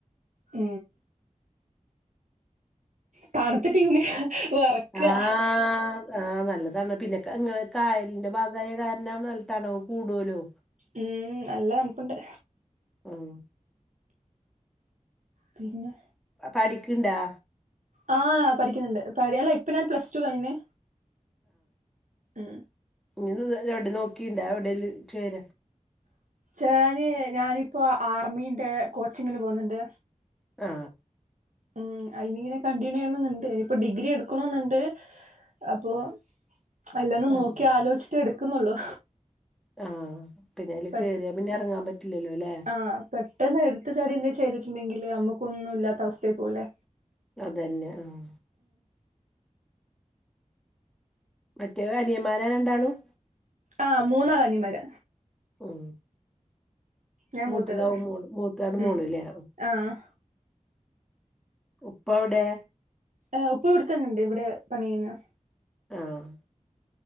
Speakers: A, on the right; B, in the centre.
A: എ. തണുത്തിട്ടിങ്ങനെ വിറകാ.
B: ആഹ് ആഹ് നല്ല തണ പിന്നെ ഇങ്ങെ കായലിന്റെ ഭാഗയ കാരണം നല്ല തണവ് കൂടുലോ?
A: ഉം നല്ല താണുപ്പുണ്ട്.
B: ഉം
A: പിന്നെ.
B: പഠിക്ക്ണ്ടാ?
A: ആ പഠിക്കുന്നുണ്ട് അല്ല ഇപ്പ ഞാൻ പ്ലസ്ടു കയിഞ്ഞു. ഹ്
B: ഇങ്ങ എവിടെ നോക്കിണ്ടാ എവടെങ്കിലും ചേര
A: <unintelligible> ഞാനിപ്പോ, ആർമിന്റെ കോച്ചിങ്ങിന് പോകുന്നുണ്ട്.
B: ആ
A: ഉം അയ്നിങ്ങനെ കണ്ടിന്യുയ്യണെന്ന്ണ്ട്. ഇനിയിപ്പൊ ഡിഗ്രി എടുക്കണൊന്ന്ണ്ട് അപ്പോ, അല്ലെന്ന്
B: ആഹ്
A: നോക്കി ആലോയ്ച്ചിട്ടെ എട്ക്കുന്നുള്ളു
B: ആഹ് പിന്നെ അയില്
A: പെ
B: കേറിയാ പിന്നെ ഇറങ്ങാൻ പറ്റില്ലല്ലൊലേ
A: ആഹ് പെട്ടെന്ന് എട്ത്ത് ചാടിന്തെ ചെയ്തിട്ട്ണ്ടെങ്കില് ഞമ്മക്കൊന്നു ഇല്ലത്ത അവസ്ഥയി പോവുംലെ
B: അതെന്നെ ആഹ് മറ്റേ അനിയമ്മാര രണ്ടാളും
A: ആ മൂന്നാള് അനിയമ്മാര
B: ഉം
A: ഞാൻ
B: മൂത്തതാവു
A: മൂത്തത്
B: മോള്, മൂത്താണ് മോള്ലെ
A: ഉം ആഹ്
B: ഉപ്പവ്ടെ
A: ആഉപ്പ ഇവ്ടെത്തന്നെണ്ട് ഇവടെ പണിയിലാ
B: ആഹ്